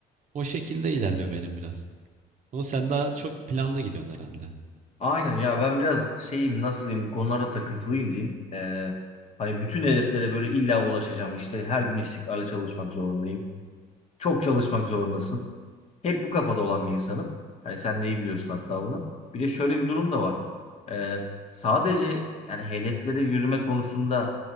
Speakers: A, on the right (about 45°); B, on the left (about 40°).
A: O şekilde ilerliyor benim biraz. Ama sen daha çok planlı gidiyorsun herhalde.
B: Aynen ya ben biraz şeyim nasıl diyeyim bu konulara takıntılıyım diyeyim. Ee, hani bütün hedeflere böyle illa ulaşacağım işte her gün istikrarlı çalışmak zorundayım. Çok çalışmak zorundasın. Hep bu kafada olan bir insanım. Hani sen neyi biliyorsun hatta bunu. Bir de şöyle bir durum da var. Ee, sadece yani hedeflere yürüme konusunda